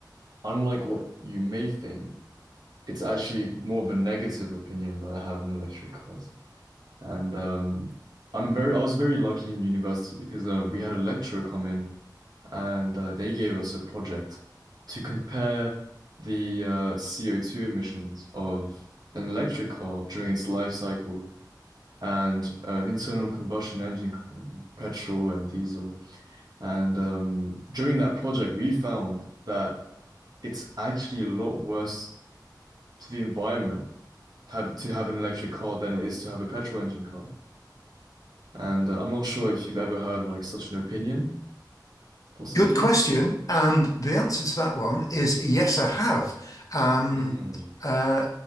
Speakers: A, on the right (about 60°); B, on the left (about 50°).
A: unlike what you may think, it's actually more of a negative opinion that I have on electric cars. And um, I'm very, I was very lucky in university because uh, we had a lecturer come in and uh, they gave us a project to compare the uh, CO2 emissions of an electric car during its life cycle and uh, an internal combustion engine car, like petrol and diesel. And um, during that project, we found that it's actually a lot worse to the environment have to have an electric car than it is to have a petrol engine car. And uh, I'm not sure if you've ever heard like such an opinion, possibly.
B: Good question. And the answer to that one is yes, I have. Um,
A: Mm,
B: uh,